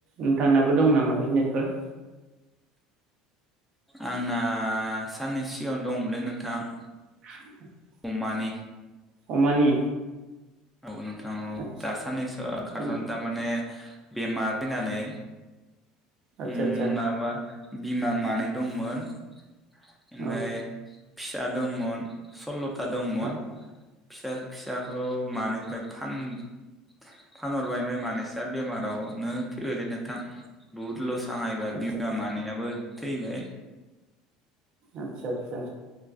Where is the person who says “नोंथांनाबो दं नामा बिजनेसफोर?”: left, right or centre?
Right